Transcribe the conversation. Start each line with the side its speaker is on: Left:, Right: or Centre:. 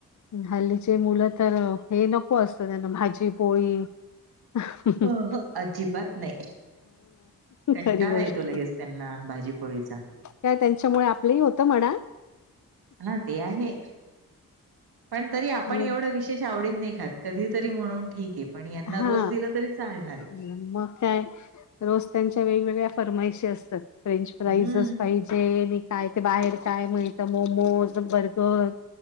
Left: हल्लीचे मुलं तर हे नको असत त्यांना भाजी पोळी ह <unintelligible>
Right: हो, हो अजिबात नाही कंटाळा
Left: खरी गोष्ट
Right: येतो लगेच त्यांना भाजीपोळीचा.
Left: का त्यांच्यामुळे आपलंही होतं म्हणा.
Right: हा ते आहे पण तरी आपण
Left: हो
Right: एवढं विशेष आवडीने नाही खात. कधी तरी म्हणून ठीक आहे पण यांना
Left: हा
Right: रोज दिला तरी चालणार आहे.
Left: मग काय रोज त्यांच्या वेगवेगळ्या फरमाईशी असतात फ्रेंच फ्राईजच
Right: हम्म.
Left: पाहि ते नी काय ते बाहेर काय म्हणे तर मोमोज बर्गर